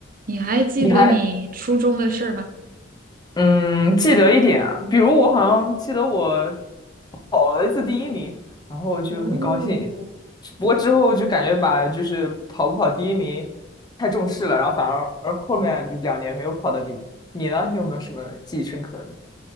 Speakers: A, on the right; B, on the left.
A: 你还记得你初中的事儿吗？
B: 你还嗯记得一点啊，比如我好像记得我跑了一次第一名，然后我就很高兴。
A: 哦，
B: 不过之后就感觉把就是跑不跑第一名太重视了，然后反而后面就两年没有跑到第一名。你呢？你有没有什么记忆深刻的？